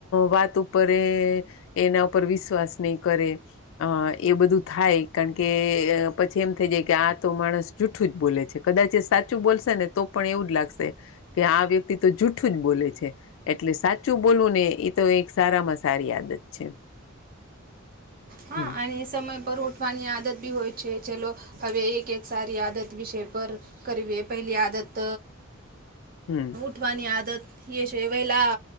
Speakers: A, on the left (about 65°); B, on the right (about 45°).
A: વાત ઉપર રે એના ઉપર વિશ્વાસ નહીં કરે અ એ બધું થાય કારણ કે પછી એમ થઈ જાય કે આ તો માણસ જૂઠું જ બોલે છે કદાચ એ સાચું બોલશે ને તો પણ એવું જ લાગશે કે આ વ્યક્તિ તો જૂઠું જ બોલે છે એટલે સાચું બોલવું ને એ તો એક સારામાં સારી આદત છે
B: હા
A: હમ્મ
B: અને સમય પર ઉઠવાની આદત બી હોય છે ચલો હવે એક એક સારી આદત વિષય પર કરવીએ પહેલી આદત
A: હમ્મ
B: ઉઠવાની આદત ઈયે છે વહેલા